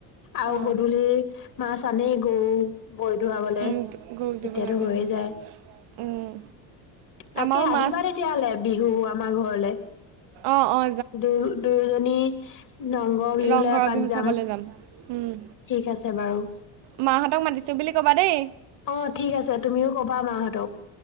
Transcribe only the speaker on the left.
আৰু
গধূলি মাছ আনে গৰু ভৰি ধুৱাবলে
তেতিয়াতো
হৈয়ে
যায়।
তাকে
আহিবা
তেতিয়াহ'লে বিহু আমাৰ ঘৰলে।
দু দুয়োজনী দংগৰ বিহুুলে
এপাক
যাম।
ঠিক আছে বাৰু।
অ ঠিক আছে তুমিও ক'বা মাহঁতক।